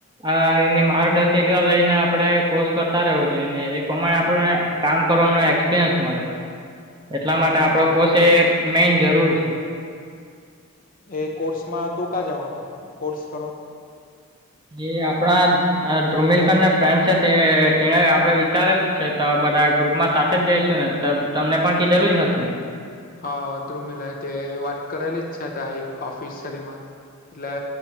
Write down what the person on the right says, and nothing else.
આ એની માર્ગદર્શિક લઈને આપણે કોર્સ કરતા રહેવું જોઈએને એ પ્રમાણે આપણે કામ કરવાનું એક્સપિરિયન્સ મળે.
એટલા માટે
આપડો કોર્સ એ મેન જરૂરી છે.
જે આપણા ધ્રુમિલકનને ફ્રેન્ડ છે તેને આપડણે વિચારેલ છે તો બધા ગ્રુપમાં સાથે જ જઈશું ને? ત તમને પણ કીધેલું જ હશે ને.